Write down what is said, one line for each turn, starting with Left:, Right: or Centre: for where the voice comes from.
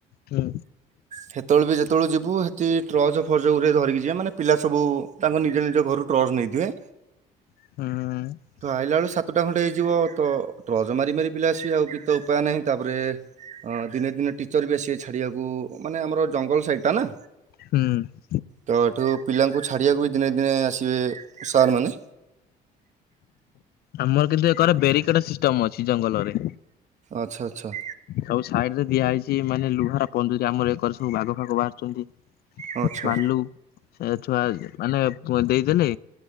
Left: ହୁଁ।
Right: ହେତେବେଳେ ବି ଯେତେବେଳୁ ଯିବୁ ହେଟି ଟ୍ରଚ ଫୋଯୋଗୁରେ ଧରିକି ଯିବେ। ମାନେ ପିଲା ସବୁ ତାଙ୍କ ନିଜ ନିଜ ଘରୁ ଟର୍ଚ ନେଇଥିବେ।
Left: ହୁଁ।
Right: ତ ଆଇଲା ବେଳୁ ସାତଟା ଖଣ୍ଡେ ହେଇଯିବ ତ ଟର୍ଚ୍ଚ ମାରି ମାରି ପିଲା ଆସିବେ ଆଉ କିଛିତ ଉପାୟ ନାହିଁ ତାପରେ ଅ ଦିନେ ଦିନେ ଟିଚର ବି ଆସିବେ ଛାଡିବାକୁ ମାନେ ଆମର ଜଙ୍ଗଲ ସାଇଡ ଟା ନା
Left: ହୁଁ।
Right: ତ ଏଠୁ ପିଲାଙ୍କୁ ଛାଡ଼ିବାକୁ ବି ଦିନେ ଦିନେ ଆସିବେ ସାରମାନେ।
Left: ଆମର କିନ୍ତୁ ଏକର ବେରିକେଡ ସିଷ୍ଟମ ଅଛି ଜଙ୍ଗଲରେ।
Right: ଆଛା ଆଛା।
Left: ସବୁ ସାଇଡ ରେ ଦିଆହଇଛି ମାନେ ଲୁହାର ପଞ୍ଜୁରୀ ଆମର ଏକରେ ସବୁ ବାଘ ଫାଗ ବାହାରୁଛନ୍ତି।
Right: ଆଚ୍ଛା
Left: ବାଲୁ ସେ ଛୁଆ ମାନେ ଦେଇଦେଲେ